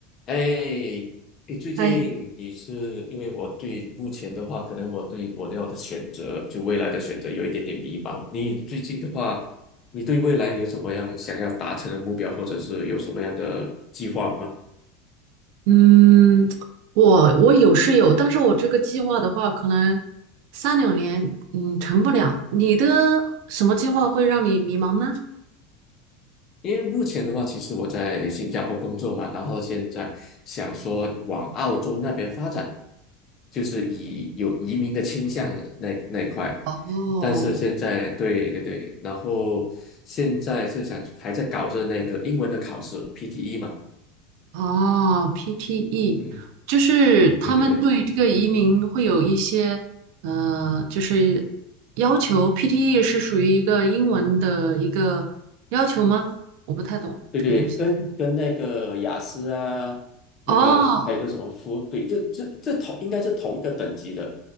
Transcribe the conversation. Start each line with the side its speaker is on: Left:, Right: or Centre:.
Left: 哎，你最近你是因为我对目前的话，
Right: 哎，
Left: 可能我对我要的选择，就未来的选择有一点点迷茫。你最近的话，你对未来有什么样想要达成的目标，或者是有什么样的计划吗？
Right: 嗯，我我有是有，但是我这个计划的话，可能三两年，嗯，成不了。你的什么计划会让你迷茫呢？
Left: 因为目前的话，其实我在新加坡工作嘛，然后现在想说往澳洲那边发展，就是以有移民的倾向的那那一块。
Right: 哦，
Left: 但是现在，对对对，然后现在是想还在搞着那个英文的考试 PTE 嘛，
Right: 哦，PTE，
Left: 嗯，
Right: 就是他们对这个移民会有一些，
Left: 对对对。
Right: 呃，就是要求。PTE 是属于一个英文的一个要求吗？我不太懂这个东西。
Left: 对对，跟跟那个雅思啊，那个还有个什么夫，
Right: 哦，
Left: 对，这这这同应该是同一个等级的，